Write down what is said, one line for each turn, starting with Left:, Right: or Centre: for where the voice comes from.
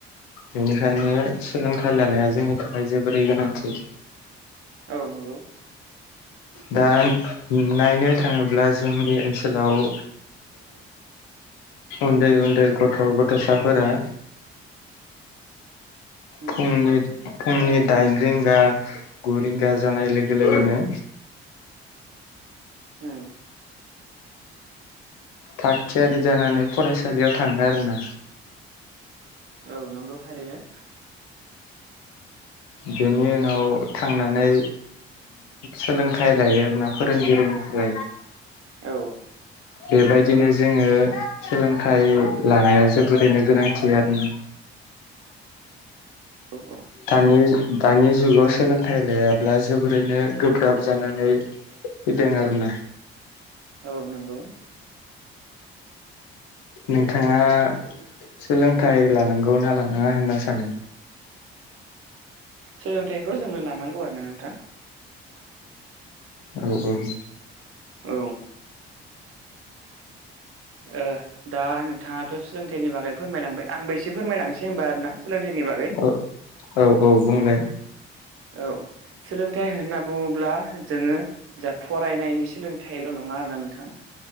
Left: बेनिखायनो सोलोंथाइ लानाया जोंनि थाखाय जोबोरै गोनांथि।
Right: औ नों।
Left: दा नायनो थाङोब्ला जोंनि ओनसोलाव। उन्दै उन्दै गथ' गथ'साफोरा।
Right: उम
Left: फुंनि फुंनि दाइन रिंगा ग रिंगा जानाय लोगो लोगोनो।
Right: उम
Left: थाग थियारि जानानै फरायसालियाव थाङो आरो ना।
Right: औ नंगौ थारैनो।
Left: बेनि उनाव थांनानै। सोलोंथाइ लायो आरो ना फोरोंगिरिनिफ्राय।
Right: औ।
Left: बेबायदिनो जोङो सोलोंथाइ लानाया जोबोरैनो गोनांथि आरोना
Right: औ औ
Left: दानि दानि जुगाव सोलोंथाइ लायाब्ला जोबोरैनो गोब्राब जानानै फैदों आरोना
Right: औ नंगौ
Left: नोंथाङा सोलोंथाइ लानांगौ ना लानाङा होनना सानो
Right: सोलोंथाइखौ जोंनो लानांगौ आरो ना नोंथां
Left: औ औ
Right: औ ओ दा नोंथाङाथ' सोलोंथाइनि बागै फोरमायलांबाय आंबो एसे फोरमायलांनोसै होनबा आरोना सोलोंथाइनि बागै
Left: औ औ औ बुंलाय
Right: औ सोलोंथाइ होनना बुङोब्ला जोङो जा फरायनायनि सोलोंथाइल' नङा आरो ना नोंथां